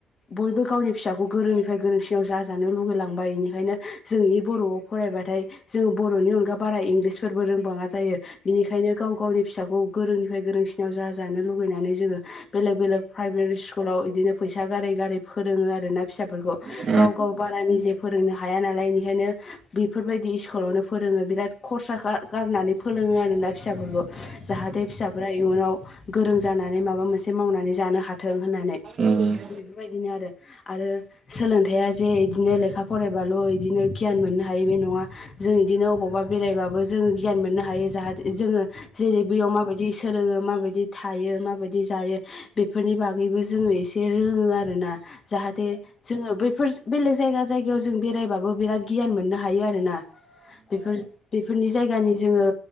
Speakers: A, on the left; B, on the right.
A: बयबो गावनि फिसाखौ गोरोंनिफ्राय गोरोंसिनाव जाजानो लुगैलांबाय बेनिखायनो जों बे बर'आव फरायबाथाय जों बर'नि अनगा बारा इंलिसफोरबो रोंबाङा जायो बिनिखायनो गाव गावनि फिसाखौ गोरोंनिफ्राय गोरों जानो लुुबैनानै जोंङो बेलेग बेलेग प्राइभेट स्कुलाव बिदिनो फैसा गारि ग फोरोङो आरोना फिसाफोरखौ
B: औ उम
A: गाव गाव बारानि जे फोरोंनो हाया नालाय बेनिखायनो बेफोरबायदि स्कुलावनो फोरोङो बिराद खरसा गारनानै फोरोङो आरोना फिसाफोरखौ जाहाथे फिसाफोरा इयुनाव गोरों जानानै माबा मोनसे मावनानै जानो हा थाथों होननानै
B: उम उम
A: बेफोरबायदिनो आरो आरो सोलोंथाइया जे बिदिनो लेखा फरायबाल' बिदिनो गियान मोननो हा हायो बे नङा जों बिदिनो अबावबा बेरायबाबो जों गियान मोननो हायो जाहाथे जोंङो जेरै बैयाव माबायदि सोलोङो माबायदि थायो माबायदि जायो बेफोरनि बागैबो जोङो एसे जे रोङो आरोना जाहाथे जोङो बैफोर बेलेग जायगा जायगायाव जों बेरायबाबो बिराद गियान मोननो हायो आरोना बेफोर बेफोरनि जायगानि जोङो